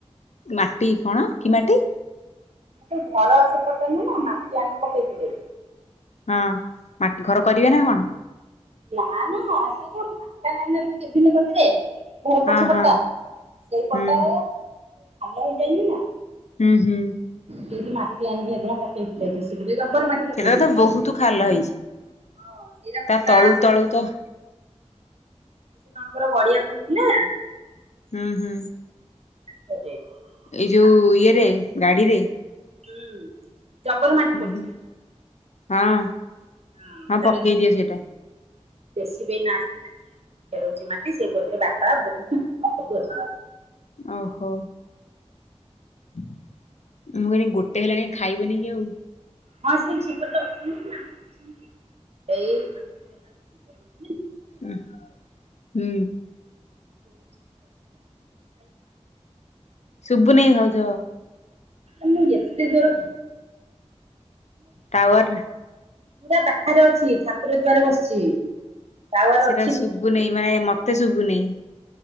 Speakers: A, on the left (about 75°); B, on the right (about 65°).
A: ମାଟି କଣ କି ମାଟି?
B: ଆମର ସେଇ ଘର ସେପଟ ନୁହେଁ ନା ମାଟି ଆଣିକି ପକେଇଥିଲେ।
A: ହଁ ମାଟି ଘର କରିବେ ନା କଣ?
B: ନା ନା ସେ ଯୋଉ ଫାଙ୍କା ନାହିଁ ନା ଯୋଉ କେଭିନି କତିରେ ଘର
A: ହଁ
B: ପଛପଟ
A: ହଁ
B: ଟା ସେଇ ପଟ
A: ହୁଁ
B: ଟା ଖାଲ ହେଇଯାଇନି ନା।
A: ହୁଁ ହୁଁ।
B: ସେଇଠି ମାଟି ଆଣିକି ହେଇଦିନ ପକେଇଥିଲେ <unintelligible> ପକେଇଛନ୍ତି।
A: ସେଟାରତ ବହୁତ୍ ଖାଲ ହେଇଛି।
B: ହଁ ସେଇରା ପୁରା
A: ତା ତଳୁକୁ ତଳୁକୁ ତ-
B: ଜଣଙ୍କର ଗଡି଼ଆ ଖୋଳୁଥିଲା।
A: ହୁଁ ହୁଁ।
B: <unintelligible>
A: ଏଇ ଯଉ
B: ଆଉ
A: ଇୟ ରେ ଗାଡ଼ିରେ।
B: ହୁଁ। ଜବର ମାଟି ପଡ଼ିଚି
A: ହୁଁ ହଁ
B: ହୁଁ
A: ହଁ
B: ତାଙ୍କର
A: ପକେଇ ଦିଅ ସେଇଟା
B: ଜେସିବି ଏଇନା ଆସିଥିଲା ଖେଳଉଛି ମାଟି ସେଇ <unintelligible> ବାପା ବୋଉ
A: ଓହୋ ମୁଁ କଇନି ଗୋଟେ ହେଲାଣି ଖାଇବନି କି ଆଉ
B: ହଁ ସେ ସେପଟରେ ଅଛନ୍ତି ମାନୀ ଅଛନ୍ତି ଏଇ ମାନୀ <unintelligible> ବୁଝିବାକୁ
A: ହ ହୁଁ।
B: <unintelligible>
A: ଶୁବୁନି ଭାଉଜ।
B: ଆମ ଏତେ ଦୂର
A: ଟାୱର ନା
B: ପୁରା ବାହାରେ ଅଛି ଠାକୁର ଦୁଆରେ ବସିଛି। ଟାୱାର
A: ସେଇଟା
B: ଅଛି
A: ଶୁଭୁନାହିଁ ମାନେ ମତେ ଶୁବୁନି।